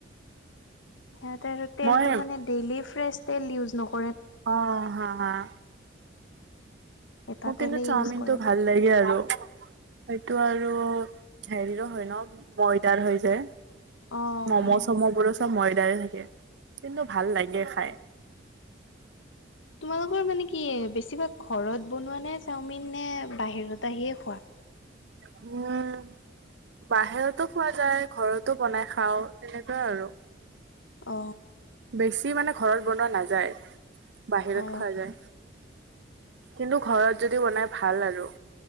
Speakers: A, on the left; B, on the right.
A: সিহঁতে আৰু তেলটো
B: মই
A: মানে ডেইলি ফ্ৰেছ তেল ইউজ নক্
B: হয় ক ' হোৱাখা।
A: এটা
B: মোক কিন্তু
A: তেলেই
B: চাওমিনটো
A: ইউজ কৰে
B: ভাল লাগে আৰু। সেইটো আৰু হেৰিৰ হয় ন' ময়দাৰ হয় যে।
A: অ
B: ম'ম'-চ'ম'বোৰো
A: হয়
B: চব ময়দাৰে থাকে কিন্তু ভাল লাগে খায়।
A: তোমালোকৰ মানে কি বেছিভাগ ঘৰত বনোৱা নে চাওমিন, নে বাহিৰত আহিয়ে খোৱা?
B: উম। বাহিৰতো খোৱা যায় ঘৰতো বনাই খাওঁ তেনেকুৱাই আৰু।
A: অ
B: বেছি মানে ঘৰত বনোৱা নাযায় বাহিৰত
A: অ',
B: খোৱা যায়। কিন্তু ঘৰত যদি বনাই ভাল আৰু।